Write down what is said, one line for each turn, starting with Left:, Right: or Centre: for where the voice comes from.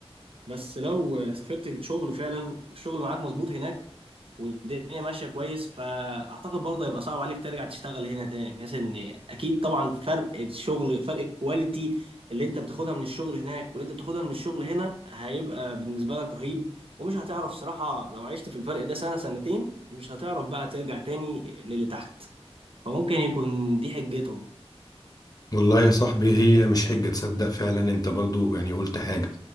Right: بس لو سافرت شغل فعلا والشغل معاك مظبوط هناك والدنيا ماشية كويس فاعتقد برضه هيبقى صعب عليك ترجع تشتغل هنا تاني بحيث ان اكيد طبعا فرق الشغل فرق الكواليتي اللي انت بتاخدها من الشغل هناك واللي انت بتاخدها من الشغل هنا هيبقى بالنسبة لك رهيب ومش هتعرف صراحة لو عشت في الفرق ده سنة سنتين مش هتعرف بقى ترجع تاني للي تحت فممكن يكون دي حجتهم
Left: والله يا صاحبي هي مش حجة تصدق فعلا انت برضو يعني قلت حاجة